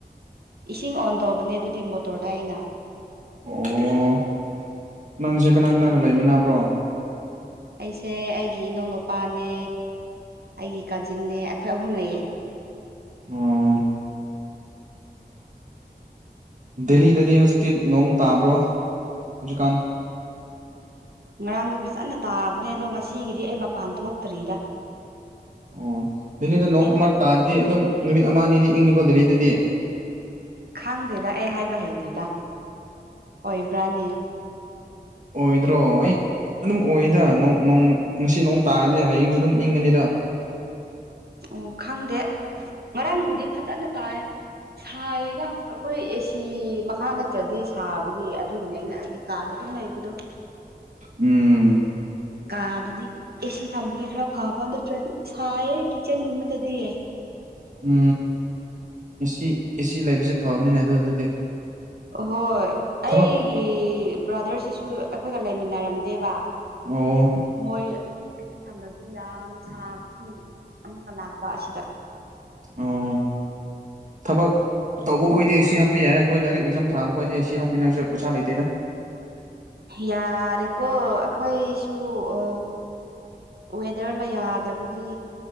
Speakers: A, on the right; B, on the right.
A: ꯏꯁꯤꯡ ꯑꯣꯟ ꯇꯧꯕꯅꯦ ꯑꯗꯨꯗꯤ ꯃꯣꯇꯣꯔꯗ ꯑꯩꯅ
B: ꯑꯣ ꯅꯪꯁꯦ ꯀꯅꯥ ꯀꯅꯥꯒ ꯂꯩꯃꯤꯟꯅꯕ꯭ꯔꯣ
A: ꯑꯩꯁꯦ ꯑꯩꯒꯤ ꯏꯅꯥꯎꯅꯨꯄꯥꯅꯦ ꯑꯩꯒꯤ ꯀꯥꯖꯤꯟꯅꯦ ꯑꯩꯈꯣꯏ ꯑꯍꯨꯝ ꯂꯩꯌꯦ
B: ꯑꯣ ꯗꯦꯜꯂꯤꯗꯗꯤ ꯍꯧꯖꯤꯛꯇꯤ ꯅꯣꯡ ꯇꯥꯕ꯭ꯔꯣ ꯍꯧꯖꯤꯛꯀꯥꯟ
A: ꯉꯔꯥꯡꯗꯤ ꯐꯖꯅ ꯇꯥꯕꯅꯦ ꯑꯗꯣ ꯉꯁꯤꯒꯤꯗꯤ ꯑꯩ ꯃꯄꯥꯟ ꯊꯣꯛꯇ꯭ꯔꯤꯗ
B: ꯑꯣ ꯗꯦꯜꯂꯤꯗ ꯅꯣꯡ
A: ꯑꯩ
B: ꯑꯃꯛ ꯇꯥꯔꯗꯤ ꯑꯗꯨꯝ ꯅꯨꯃꯤꯠ ꯑꯃ ꯑꯅꯤꯗꯤ ꯏꯪꯉꯤꯀꯣ ꯗꯦꯜꯂꯤꯗꯗꯤ
A: ꯈꯪꯗꯦꯗ ꯑꯩ ꯍꯥꯏꯕ ꯍꯩꯇꯦꯗ ꯑꯣꯏꯕ꯭ꯔꯥꯅꯦ
B: ꯑꯣꯏꯗ꯭ꯔꯣ ꯑꯩ ꯑꯗꯨꯝ ꯑꯣꯏꯗ ꯉꯁꯤ ꯅꯣꯡ ꯇꯥꯔꯗꯤ ꯍꯌꯦꯡꯁꯨ ꯑꯗꯨꯝ ꯏꯪꯉꯅꯤꯗ
A: ꯑꯣ ꯈꯪꯗꯦ ꯃꯔꯝꯕꯨꯗꯤ ꯐꯖꯅ ꯇꯥꯏ ꯁꯥꯏꯌꯦꯅ ꯑꯩꯈꯣꯏꯁꯤ ꯐꯤ ꯃꯈꯥ ꯅꯠꯇ꯭ꯔꯗꯤ ꯁꯥꯕꯒꯤ ꯑꯗꯨꯒꯤꯅꯦ ꯑꯩꯅ ꯑꯩꯒꯤ ꯀꯥꯗ ꯑꯗꯨꯝ ꯂꯩꯕꯗꯣ
B: ꯎꯝ
A: ꯀꯥꯗꯗꯤ ꯑꯦꯁꯤ ꯊꯝꯕꯤꯒꯦ ꯈꯔ ꯐ ꯐ ꯅꯠꯇ꯭ꯔꯗꯤ ꯁꯥꯏꯌꯦ ꯀꯤꯠꯆꯟꯒꯨꯝꯕꯗꯗꯤ
B: ꯎ ꯑꯦꯁꯤ ꯑꯦꯁꯤ ꯂꯩꯕꯁꯦ ꯐꯕꯅꯤꯅꯦ ꯑꯗꯨꯗꯨꯗꯤ
A: ꯍꯣꯏ ꯑꯩꯒꯤ
B: ꯊꯕꯛ
A: ꯕ꯭ꯔꯗꯔꯁꯤꯁꯨ ꯑꯩꯈꯣꯏꯒ ꯂꯩꯃꯤꯟꯅꯔꯝꯗꯦꯕ
B: ꯑꯣ
A: ꯃꯣꯏ ꯑꯩ ꯊꯟꯗꯕꯤ ꯌꯥꯝ ꯁꯥꯕꯒꯤ ꯑꯃꯨꯛꯀ ꯂꯥꯛꯄ ꯑꯁꯤꯗ
B: ꯑꯣ ꯊꯕꯛ ꯇꯧꯕ ꯈꯣꯏꯗꯤ ꯁꯤ ꯍꯥꯞꯄ ꯌꯥꯏ ꯑꯩꯈꯣꯏ ꯂꯥꯏꯔꯤꯛ ꯑꯦꯛꯖꯥꯝ ꯊꯥꯕ ꯈꯣꯏꯗꯦ ꯁꯤ ꯍꯥꯞꯅꯤꯡꯉꯥꯏꯁꯨ ꯄꯩꯁꯥ ꯂꯩꯇꯦꯗ
A: ꯌꯥꯔꯦꯀꯣ ꯑꯩꯈꯣꯏꯁꯨ ꯑ ꯋꯦꯗꯔꯅ ꯌꯥꯗꯕꯒꯤ